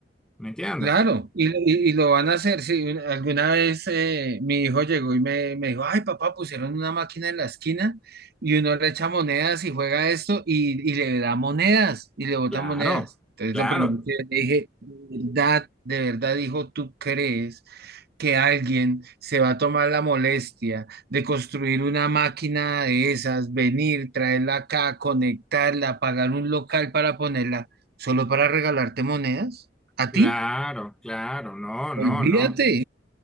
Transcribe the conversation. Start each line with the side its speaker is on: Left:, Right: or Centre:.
Centre: ¿me entiendes?
Right: Claro, y, y- y lo van a hacer. si alguna vez eh, mi hijo llegó y me, me dijo, ay papá, pusieron una máquina en la esquina y uno le echa monedas y juega esto y, y le da monedas y le bota
Centre: Claro,
Right: monedas. Entonces
Centre: claro,
Right: lo primero que le dije, "¿De verdad, de verdad, hijo, ¿tú crees que alguien se va a tomar la molestia de construir una máquina de esas, venir, traerla acá, conectarla, pagar un local para ponerla, solo para regalarte monedas? ¿A
Centre: claro,
Right: ti?
Centre: claro, no, no,
Right: Olvídate.
Centre: no.